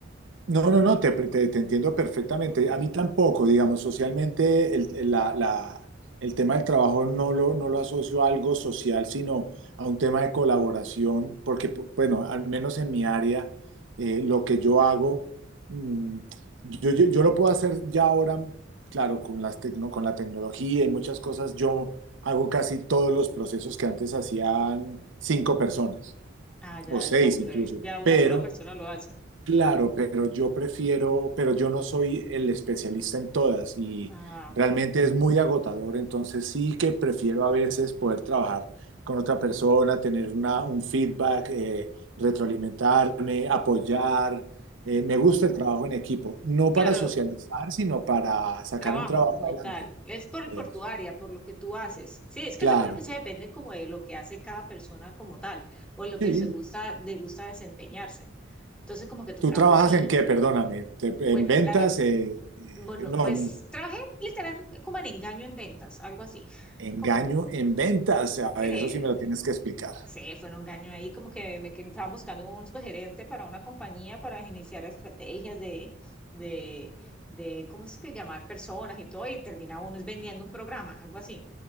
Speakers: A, on the right (about 80°); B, in the centre.
A: No, no, no, te, te- te entiendo
B: Mm,
A: perfectamente.
B: como que
A: A
B: la
A: mí
B: co-
A: tampoco, digamos, socialmente el, el- la- la- el tema del trabajo no lo, no lo asocio a algo social, sino a un tema de colaboración, porque, pu- bueno, al menos en mi área, eh, lo que yo hago, mm, yo, yo- yo lo puedo hacer ya ahora, claro, con las tecno- con la tecnología y muchas cosas, yo hago casi todos los procesos que antes hacían cinco personas,
B: Ah, ya
A: o seis
B: es más breve,
A: incluso,
B: ya una
A: pero...
B: sola persona lo hace.
A: Claro, pero yo prefiero, pero yo no soy el especialista en todas y
B: Ah,
A: realmente
B: ok.
A: es muy agotador, entonces sí que prefiero a veces poder trabajar con otra persona, tener una, un feedback, eh, retroalimentarme, apoyar. Eh, me gusta el trabajo en equipo, no para
B: Claro,
A: socializar, sino para sacar
B: trabajo
A: un trabajo
B: como
A: adelante.
B: tal, es por,
A: Eso,
B: por tu área, por lo que tú haces. Sí, es que
A: claro,
B: yo creo que eso depende como de lo que hace cada persona como tal o en lo que
A: sí.
B: se gusta, le gusta desempeñarse. Entonces, como que tu
A: ¿Tú
B: trabajo
A: trabajas
B: sí,
A: en qué? Perdóname, ¿te-
B: bueno,
A: en ventas?
B: la verdad,
A: Eh, eh,
B: bueno,
A: no.
B: pues trabajé literal como en engaño en ventas, algo así,
A: Engaño
B: <laughs> como un,
A: en ventas. A
B: sí,
A: ver, eso sí me lo tienes que explicar.
B: sí, fue un engaño ahí, como que me que estaban buscando un subgerente para una compañía para iniciar estrategias de, de, de, ¿cómo es que llamar personas y todo? Y termina uno es vendiendo un programa, algo así.